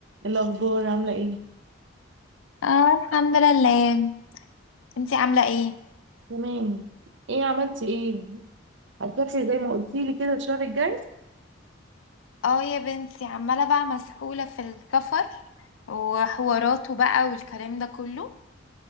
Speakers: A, on the right; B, on the left.
A: الأخبار عاملة ايه؟
B: اه الحمد لله انتي عاملة ايه؟
A: تمام ايه عملتي ايه؟ هتسافري زي ما قلتيلي كده الشهر الجاي؟
B: اه يا بنتي عمالة بقى مسحولة في السفر وحواراته بقى والكلام ده كله